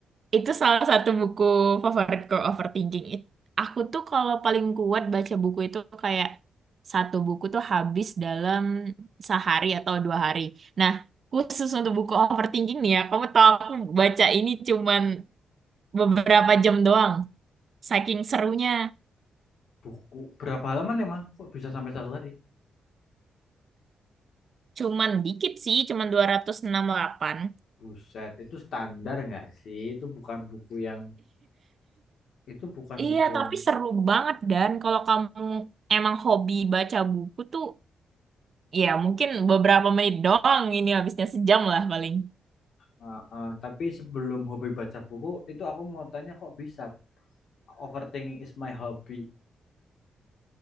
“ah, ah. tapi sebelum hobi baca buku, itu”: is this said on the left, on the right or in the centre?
Left